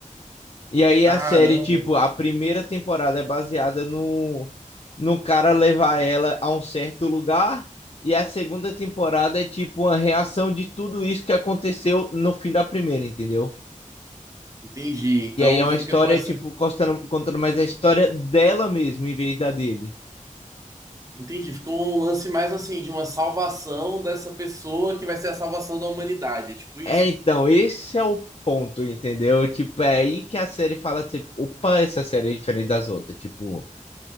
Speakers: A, on the left; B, on the right.
A: E aí
B: Caramba,
A: a série, tipo, a primeira temporada é baseada no, no cara levar ela a um certo lugar. E a segunda temporada é tipo uma reação de tudo isso que aconteceu no fim da primeira, entendeu?
B: entendi. Então
A: E aí é uma
B: fica
A: história,
B: com essa.
A: tipo, costando- contando mais a história dela mesmo, em vez da dele.
B: Entendi, fica um lance mais assim, de uma salvação dessa pessoa que vai ser a salvação da humanidade. é Tipo isso?
A: É, então, esse é o ponto, entendeu? Tipo, é aí que a série fala, tipo, opa, essa série é diferente das outras. Tipo,